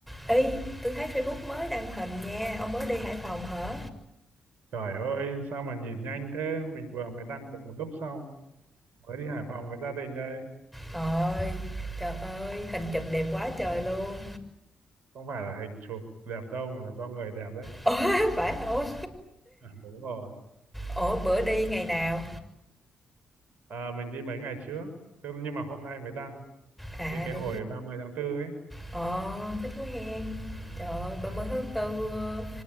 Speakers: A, in the centre; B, on the right (about 70°).
A: Ê, tôi thấy Facebook mới đăng hình nha, ông mới đi Hải Phòng hả?
B: Trời ơi, sao mà nhìn nhanh thế? Mình vừa mới đăng được một lúc xong, mới đi Hải Phòng với gia đình đây.
A: Rồi, trời ơi, hình chụp đẹp quá trời luôn.
B: Không phải là hình chụp đẹp đâu mà là do người đẹp đấy.
A: Ủa,
B: <laughs>
A: <laughs> phải không?
B: À, đúng rồi.
A: Ủa, bữa đi ngày nào?
B: À, mình đi mấy ngày trước, Tức- nhưng mà hôm nay mới đăng,
A: À,
B: đi cái
A: đi.
B: hồi ba mươi tháng tư ấy.
A: Ờ, thích quá hen.
B: À,
A: Trời ơi,
B: à,
A: 30 tháng 4 ờ,